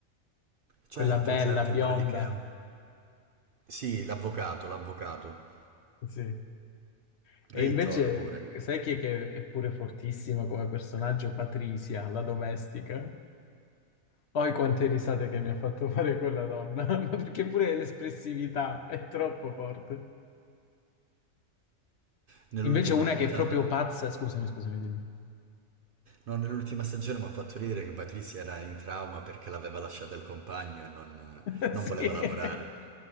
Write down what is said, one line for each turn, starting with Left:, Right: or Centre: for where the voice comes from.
Right: Certo,
Left: quella bella,
Right: certo,
Left: bionda.
Right: quella lì che... Sì, l'avvocato, l'avvocato.
Left: Sì.
Right: Lei
Left: E invece,
Right: è toga pure.
Left: sai chi è che è pure fortissima come personaggio? Patricia, la domestica. Poi quante risate che mi ha fatto fare quella donna, <laughs> ma perché pure l'espressività è troppo forte.
Right: Nell'ultima
Left: Invece una
Right: puntata.
Left: che è proprio pazza, scusami, scusami, dimmi.
Right: No, nell'ultima stagione mi ha fatto ridere che Patrizia era in trauma perché l'aveva lasciata il compagno e non,
Left: <laughs>
Right: non
Left: Sì.
Right: voleva lavorare.